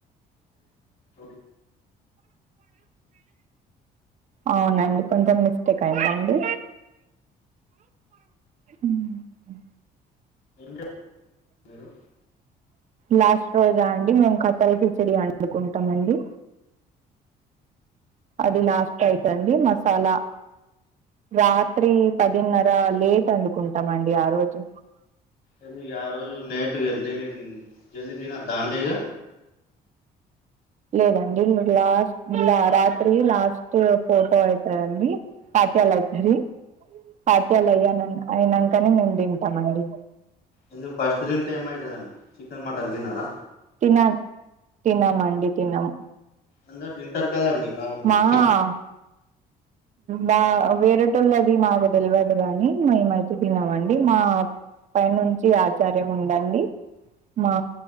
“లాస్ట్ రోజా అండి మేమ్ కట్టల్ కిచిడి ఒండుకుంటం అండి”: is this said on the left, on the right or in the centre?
Right